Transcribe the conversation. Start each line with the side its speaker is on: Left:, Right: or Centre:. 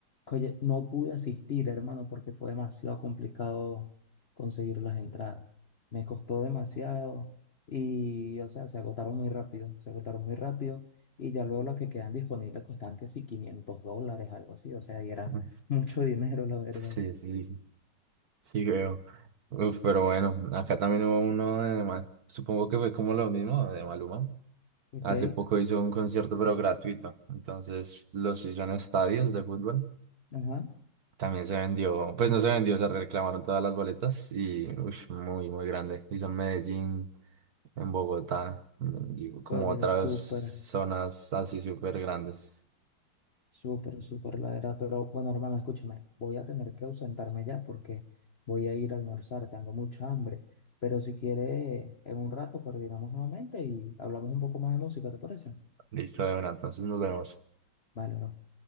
Left: Oye, no pude asistir, hermano, porque fue demasiado complicado conseguir las entradas. Me costó demasiado y, o sea, se agotaron muy rápido, se agotaron muy rápido y ya luego las que quedan disponibles costaban que sí, 500 dólares, algo así, o sea, y era
Right: <laughs>
Left: mucho <laughs> dinero, la verdad.
Right: Sí, sí. Sí, creo. Uf, pero bueno, acá también hubo uno de mal, Supongo que fue como lo mismo de Maluma.
Left: Ok,
Right: Hace poco hizo un concierto, pero gratuito. Entonces los hizo en estadios de fútbol.
Left: ajá.
Right: También se vendió, pues no se vendió, se reclamaron todas las boletas y uff, muy, muy grande. Hizo en Medellín, en Bogotá, mm, y como
Left: Oye,
Right: otras
Left: súper.
Right: zonas así súper grandes.
Left: Súper, súper, la verdad. Pero bueno, hermano, escúchame, voy a tener que ausentarme ya porque voy a ir a almorzar, tengo mucha hambre. Pero si quieres, en un rato coordinamos nuevamente y hablamos un poco más de música, ¿te parece?
Right: Listo, de una, entonces nos vemos.
Left: Vale, bro.